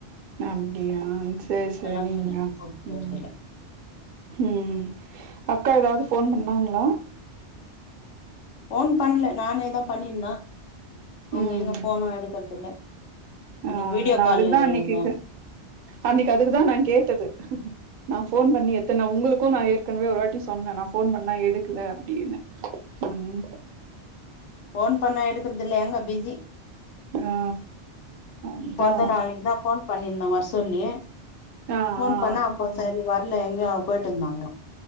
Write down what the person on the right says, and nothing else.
அப்டியா சேரி சரிங்மா
ம் ம் அக்கா ஏதாவது போன் பண்ணாங்களா
ம்
ஆ
நா
அதுக்குதா அன்னைக்கு
அன்னைக்கு அதுக்குதா நா கேட்டது நா போன் பண்ணி எத்தனை உங்களுக்கு நா ஏற்கனவே ஒருராட்டி சொன்னே நா போன் பண்ணா எடுக்கல அப்டின்னு ம்
ஆ அதா
ஆ
ஆ